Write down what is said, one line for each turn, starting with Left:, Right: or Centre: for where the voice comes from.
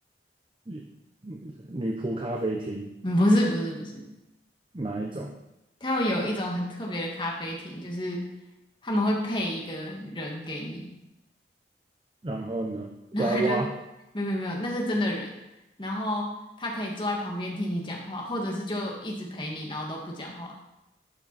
Right: 女女仆咖啡厅
Left: 嗯，不是不是不是，
Right: 哪一种？
Left: 他们有一种很特别的咖啡厅，就是他们会配一个人给你，
Right: 然后呢，
Left: 然后他就
Right: 娃娃，
Left: 没有没有没有，那是真的人，然后他可以坐在旁边听你讲话，或者是就一直陪你，然后都不讲话。